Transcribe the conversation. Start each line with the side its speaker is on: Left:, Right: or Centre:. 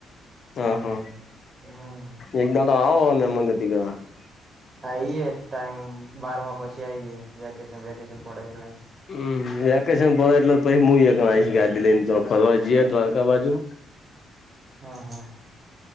Left: હ હા.
Right: હમ
Left: એક દાડો આવોમે. <unintelligible>
Right: આએ ટાઈમ બારમાં પછી આઈ વેકેશન વેકેશન પડે એટલે.
Left: હમ વેકેશન પડે એટલે પછી હું આવીશ ગાડી લઈને તો ફરવા જઈએ દ્વારકા બાજુ.
Right: હ હા.